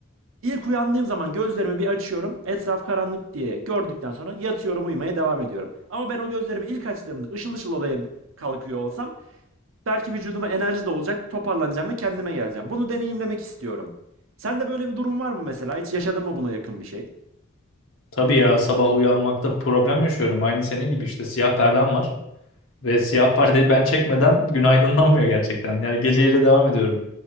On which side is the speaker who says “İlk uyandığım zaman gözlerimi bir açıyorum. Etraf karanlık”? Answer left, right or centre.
Right